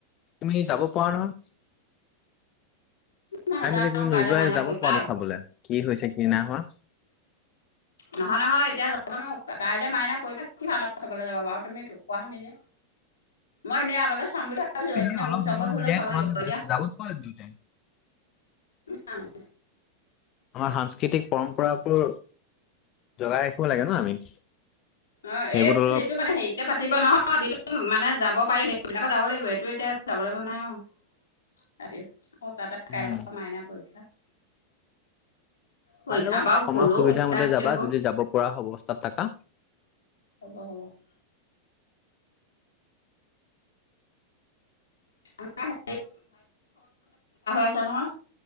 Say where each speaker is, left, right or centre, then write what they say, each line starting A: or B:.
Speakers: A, on the left; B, on the left.
A: তুমি যাব পৰা নহয়।
B: নাযাওঁ
A: খাই মেলি তে
B: কাইলৈ
A: নোযোৱাই
B: মাইনা
A: যাব
B: পৰীক্ষা
A: পৰাটো চাবলৈ কি হৈছে কি নাই হোৱা।
B: নহয় নহয় এতিয়া যাব নো কাইলৈ মাইনা পৰীক্ষা কি ভাওনা চাবলৈ যাব আৰু তুমি। কোৱাখিনি যে মই এনেই আগতে চাম বুলি ভাবি,
A: এনে
B: এই দিনা
A: অলপ
B: চাব
A: সময়
B: হলে
A: উলিয়াই
B: চাব
A: তোমালোক
B: লাগিব এতিয়া
A: যাব পৰা দুয়োটাই।
B: হা।
A: আমাৰ সাংস্কৃতিক পৰম্পৰাবোৰ জগাই ৰাখিব লাগে ন আমি।
B: অ
A: সেইবোৰত
B: এই
A: অলপ
B: যেইটো মানে হেৰি। এয়া পাতিব নহয় যি মানে যাব সেইবিলাকত যাব লাগিব সটো এতিয়া যাব নাই অ। অ তাতে
A: উম
B: কাইলৈ পৰা মাইনা পৰীক্ষা। পৰীক্ষা
A: চাই ল'বা
B: বাৰু
A: সময়
B: গ'লেও
A: সুবিধা
B: পৰীক্ষা
A: মতে
B: হেৰি
A: যাবা
B: হ'ব
A: যদি যাব পৰা অৱস্থাত থাকা।
B: হ'ব হ'ব <unintelligible> <unintelligible> আছে নহয়।